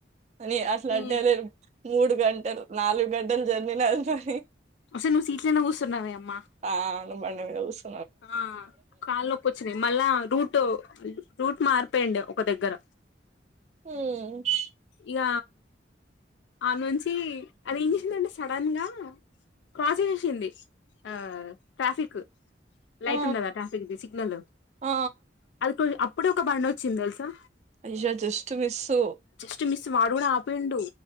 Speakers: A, on the right; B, on the left.
A: అని అట్లా
B: ఈ
A: అంటేలేరు మూడు గంటలు నాలుగు గంటలు జర్నీ అసలు
B: అసలు నువ్వు సీట్లనా కూర్సన్నావే అమ్మా
A: ఆ నువ్వు బండి మీద కూర్చు
B: ఆ కాలు నొప్పు వచ్చినాయి మళ్ళా రూటు రూట్ మార్పేయండ ఒక దగ్గర
A: హ్మ్మ్
B: ఇక ఆ నుంచి అది ఎం చేసిందంటే సడన్ గా క్రాసింగ్చేసింది ఆ ట్రాఫిక్ లైట్
A: ఆ
B: ఉండదా ట్రాఫిక్దిి సిగ్నల్
A: ఆ
B: అది కొ అప్పుడే ఒక బండి వచ్చింది తెలుసా
A: అయ్యో జస్ట్ మిస్సు
B: జస్ట్ మిస్ వాడు కూడా ఆపిండు